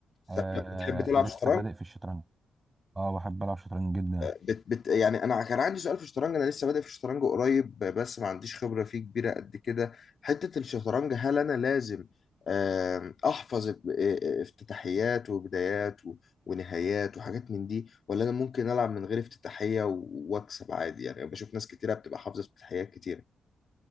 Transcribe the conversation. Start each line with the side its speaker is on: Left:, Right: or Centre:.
Right: آه
Left: طب طب بتحب تلعب
Right: لسه
Left: شطرنج
Right: بادئ في الشطرنج اه بحب العب شطرنج جدا
Left: بت بت يعني انا كان عندي سؤال في الشطرنج انا لسه بادئ في الشطرنج قريب بس ما عنديش خبره فيه كبيره قد كده حته الشطرنج هل انا لازم آم، احفظ ب- آه، افتتاحيات وبدايات و- ونهايات وحاجات من دي ولا انا ممكن العب من غير افتتاحيه و- واكسب عادي يعني بشوف ناس كتيره بتبقى حافظه افتتاحيات كتيره